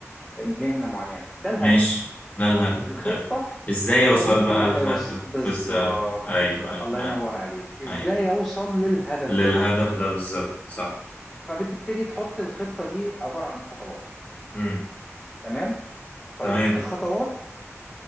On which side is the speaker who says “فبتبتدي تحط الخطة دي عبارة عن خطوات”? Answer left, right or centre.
Centre